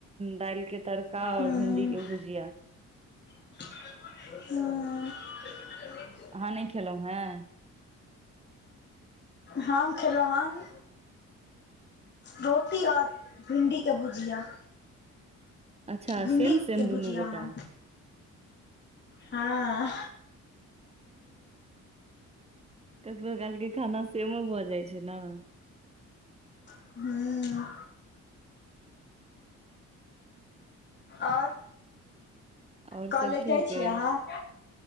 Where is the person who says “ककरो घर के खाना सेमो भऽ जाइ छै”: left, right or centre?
Right